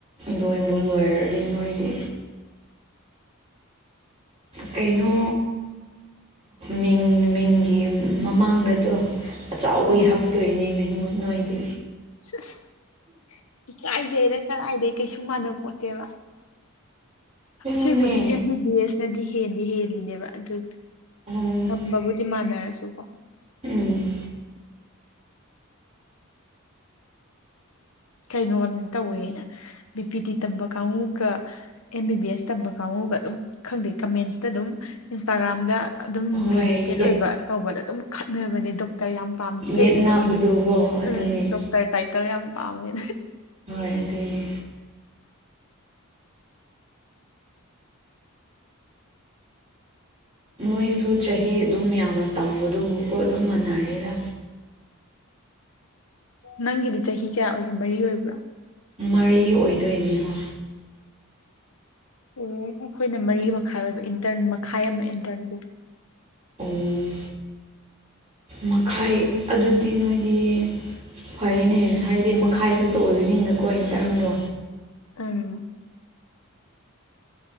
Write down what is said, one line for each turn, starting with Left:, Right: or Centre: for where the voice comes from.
Right: ꯂꯣꯏꯕꯨ ꯂꯣꯏꯔꯗꯤ ꯅꯣꯏꯗꯤ ꯀꯩꯅꯣ ꯃꯤꯡ ꯃꯤꯡꯒꯤ ꯃꯃꯥꯡꯗꯗꯣ ꯆꯥꯎꯕꯒꯤ
Left: ꯎꯝ
Right: ꯍꯥꯞꯇꯣꯏꯅꯦ ꯃꯦꯝꯉꯣ ꯅꯣꯏꯗꯤ
Left: <inaudible> ꯏꯀꯥꯏꯖꯩꯗ ꯀꯗꯥꯏꯗꯒꯤ ꯀꯩꯁꯨ ꯃꯥꯟꯅꯕ ꯄꯣꯠꯇꯦꯕ
Right: ꯑꯁꯦꯡꯕꯅꯦ
Left: ꯁꯤꯡꯃꯗꯤ ꯑꯦꯝ ꯕꯤ ꯕꯤ ꯑꯦꯁꯅꯗꯤ ꯍꯦꯟꯗꯤ ꯍꯦꯜꯂꯤꯅꯦꯕ ꯑꯗꯨ
Right: ꯎꯝ
Left: ꯇꯝꯕꯕꯨꯗꯤ ꯃꯥꯟꯅꯔꯁꯨꯀꯣ
Right: ꯎꯝ
Left: ꯀꯩꯅꯣ ꯇꯧꯋꯦꯅ ꯕꯤꯄꯤꯗꯤ ꯇꯝꯕ ꯀꯥꯡꯕꯨꯒ ꯑꯦꯝ ꯕꯤ ꯕꯤ ꯑꯦꯁ ꯇꯝꯕ ꯀꯥꯡꯕꯨꯒ ꯑꯗꯨꯝ ꯈꯪꯗꯦ ꯀꯃꯦꯟꯁꯇ ꯑꯗꯨꯝ ꯏꯟꯁꯇꯥꯒ꯭ꯔꯥꯝꯗ ꯑꯗꯨꯝ
Right: ꯍꯣꯏ
Left: ꯔꯤꯂꯦꯇꯦꯠ ꯑꯣꯏꯕ ꯇꯧꯕꯗ ꯑꯗꯨꯝ ꯈꯠꯅꯕꯅꯦ ꯗꯣ ꯀꯌꯥꯝ ꯄꯥꯝꯁꯤ
Right: ꯌꯦꯠꯅꯕꯗꯨꯀꯣ
Left: ꯀꯩꯒꯤꯅꯣ
Right: ꯑꯗꯨꯅꯦ
Left: ꯎꯝ ꯗꯣꯛꯇꯔ ꯇꯥꯏꯇꯜ ꯌꯥꯝ ꯄꯥꯝꯃꯦ
Right: ꯍꯣꯏ ꯑꯗꯨꯏꯅꯤ ꯅꯣꯏꯁꯨ ꯆꯍꯤ ꯑꯗꯨꯝ ꯌꯥꯝꯅ ꯇꯝꯕꯗꯨꯕꯨꯀꯣ ꯑꯗꯨꯝ ꯃꯅꯔꯦꯔ
Left: ꯅꯪꯒꯤꯗꯤ ꯆꯍꯤ ꯀꯌꯥ ꯑꯣꯏꯒꯦ ꯃꯔꯤ ꯑꯣꯏꯕ꯭ꯔꯥ
Right: ꯃꯔꯤ ꯑꯣꯏꯗꯣꯏꯅꯤꯍꯣ
Left: ꯑꯣ ꯑꯩꯈꯣꯏꯅ ꯃꯔꯤ ꯃꯈꯥꯏ ꯑꯣꯏꯕ ꯏꯟꯇꯔꯟ ꯃꯈꯥꯏ ꯌꯥꯝꯅ ꯏꯟꯇꯔꯟ ꯀ
Right: ꯑꯣ ꯃꯈꯥꯏ ꯑꯗꯨꯗꯤ ꯅꯣꯏꯗꯤ ꯐꯩꯅꯦ ꯍꯥꯏꯗꯤ ꯃꯈꯥꯏ ꯈꯛꯇ ꯑꯣꯏꯗꯣꯏꯅꯤꯅꯀꯣ ꯏꯟꯇꯔꯟꯗꯣ
Left: ꯎꯝ